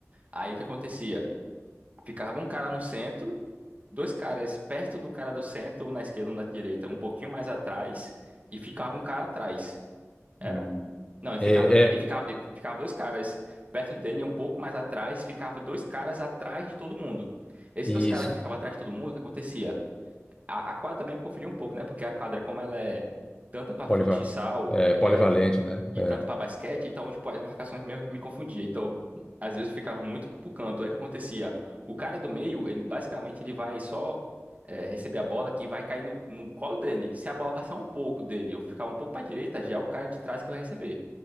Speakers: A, on the right; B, on the left.
A: Aí o que acontecia? Ficava um cara no centro dois caras perto do cara do centro, um na esquerda, um na direita, um pouquinho mais atrás, e ficava um cara atrás. Era?
B: Hum.
A: Não, e
B: É,
A: ficava,
B: é,
A: e ficava, e ficava dois caras perto dele, um pouco mais atrás, e ficava dois caras atrás de todo mundo. Esses
B: isso.
A: dois caras que ficavam atrás de todo mundo, o que acontecia? A, a quadra também me confundiu um pouco, né? Porque a quadra, como ela é tanto para futsal
B: Poliva- é, polivalente,
A: é, é,
B: né?
A: e
B: É,
A: tanto para basquete, então, tipo, as marcações meio que me confundiam. Então, às vezes eu ficava muito pro canto. Aí o que acontecia? O cara do meio, ele basicamente ele vai só é, receber a bola que vai cair no, no colo dele. Se a bola passar um pouco dele ou ficar um pouco para direita, já é o cara de trás que vai receber.